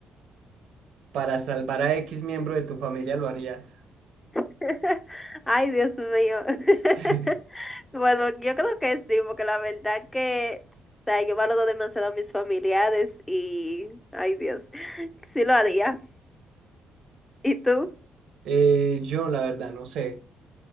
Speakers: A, on the right (about 75°); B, on the left (about 15°).
A: para salvar a X miembro de tu familia lo harías?
B: <laughs> ay Dios mío. <laughs>
A: <laughs>
B: Bueno, yo creo que sí, porque la verdad que, o sea, yo valoro demasiado a mis familiares y, ay Dios, <laughs> sí lo haría. ¿Y tú?
A: Eh, yo la verdad no sé.